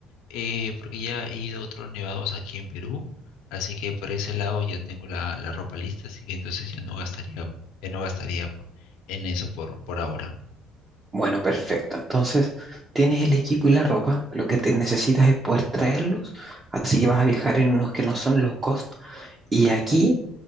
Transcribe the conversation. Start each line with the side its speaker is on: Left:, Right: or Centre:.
Left: eh, porque ya he ido a otros nevados aquí en Perú, así que por ese lado ya tengo la, la ropa lista, así que entonces ya no gastaría, ya no gastaría po- en eso por, por ahora.
Right: bueno, perfecto. Entonces, tienes el equipo y la ropa, lo que te necesitas es poder traerlos, así que vas a viajar en unos que no son low cost. Y aquí,